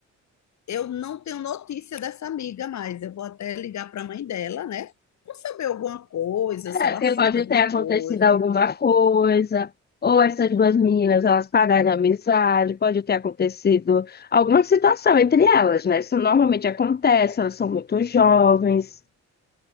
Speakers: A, on the left; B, on the left.
A: eu não tenho notícia dessa amiga mais. Eu vou até ligar para a mãe dela, né? Para saber alguma coisa,
B: É,
A: se ela
B: porque
A: sabe
B: pode
A: alguma
B: ter acontecido
A: coisa.
B: alguma coisa, ou essas duas meninas, elas pararam a amizade, pode ter acontecido alguma situação entre elas, né? Isso normalmente acontece, elas são muito jovens.